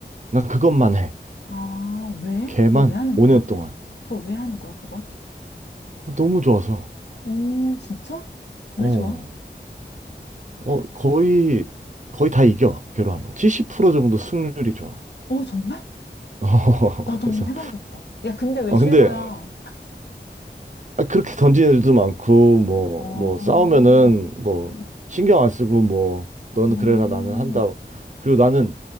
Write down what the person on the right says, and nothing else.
난 그것만 해.
걔만
5년
동안.
어, 너무 좋아서.
어.
어, 거의, 거의 다 이겨, 걔로 하면. 70% 정도 승률이 좋아.
<laughs> 어,
그래서.
어,
근데, 아, 그렇게 던지는 애들도 많고, 뭐,
뭐, 싸우면은, 뭐,
신경 안 쓰고, 뭐,
너는 그래라, 나는 한다. 그리고 나는